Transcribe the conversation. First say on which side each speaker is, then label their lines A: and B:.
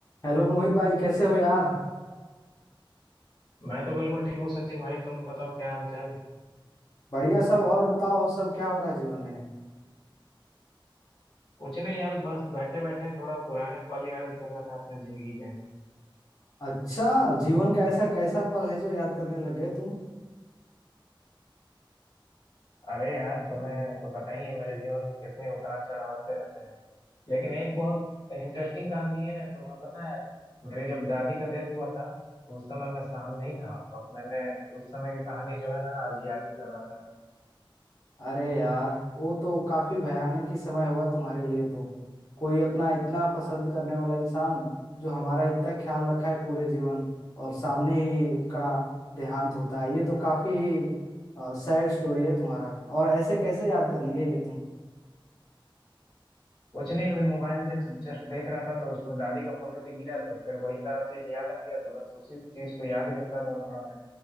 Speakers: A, on the left; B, on the left.
A: Hello Mohit भाई कैसे हो यार
B: मैं तो बिल्कुल ठीक हूँ सचिन भाई तुम बताओ क्या हाल चाल
A: बढ़िया सब और बताओ और सब क्या हो रहा है जीवन में
B: कुछ नहीं यार बस बैठे बैठे थोड़ा पुराने पल याद कर रहा था अपने जिंदगी के
A: अच्छा जीवन का ऐसा कैसा पल है जो याद करने लग गए तुम
B: अरे यार तुम्हें तो पता ही है मेरे जीवन में कितने उतार चढ़ाव आते रहते हैं लेकिन एक बहुत इंटरेस्टिंग कहानी है तुम्हें पता है मेरी जब दादी का डेथ हुआ था तो उस समय मैं सामने ही था और मैंने उस समय की कहानी जो है ना आज याद ही कर रहा था मैं
A: अरे यार वो तो काफी भयानक ही समय होगा तुम्हारे लिए तो कोई अपना इतना पसंद करने वाला इंसान जो हमारा इतना ख्याल रखा है पूरे जीवन और सामने ही उनका देहांत होता है ये तो काफी ही सैड स्टोरी है तुम्हारा और ऐसे कैसे याद कर लिए ये तुम
B: कुछ नहीं अभी मोबाइल जस्ट जस्ट देख रहा था तो उसमें दादी का फोटो दिख गया तो फिर वही सारा चीज याद आ गया तो बस उसी चीज को याद कर रहा था थोड़ा मैं